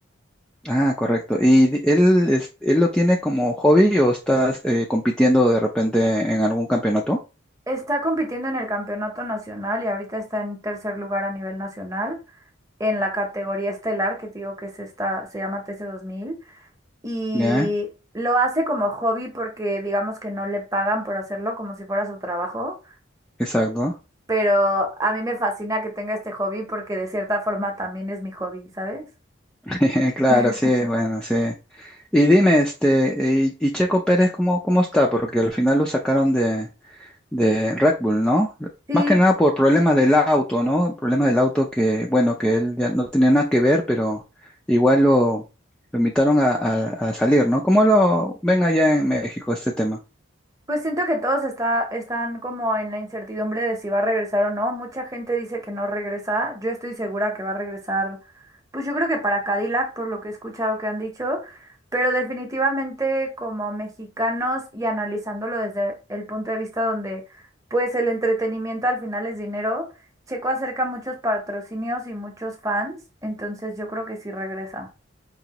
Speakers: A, in the centre; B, on the right (about 15°).
A: Ah, correcto. ¿Y di- él, es- él lo tiene como hobby o estás eh, compitiendo de repente en algún campeonato?
B: Está compitiendo en el campeonato nacional y ahorita está en tercer lugar a nivel nacional en la categoría estelar, que te digo que es esta, se llama TC2000, y
A: Ya,
B: lo hace como hobby porque digamos que no le pagan por hacerlo como si fuera su trabajo,
A: exacto.
B: pero a mí me fascina que tenga este hobby porque de cierta forma también es mi hobby, ¿sabes?
A: <laughs> Claro,
B: <laughs>
A: sí, bueno, sí. Y dime, este, y, y Checo Pérez, ¿cómo, cómo está? Porque al final lo sacaron de, de Red Bull, ¿no?
B: Sí,
A: Más que nada por problemas del auto, ¿no? Problemas del auto que, bueno, que él ya no tenía nada que ver, pero igual lo, lo invitaron a, a- a salir, ¿no? ¿Cómo lo ven allá en México este tema?
B: Pues siento que todos está, están como en la incertidumbre de si va a regresar o no. Mucha gente dice que no regresa. Yo estoy segura que va a regresar, pues yo creo que para Cadillac, por lo que he escuchado que han dicho, pero definitivamente como mexicanos y analizándolo desde el punto de vista donde pues el entretenimiento al final es dinero, Checo acerca muchos patrocinios y muchos fans, entonces yo creo que sí regresa.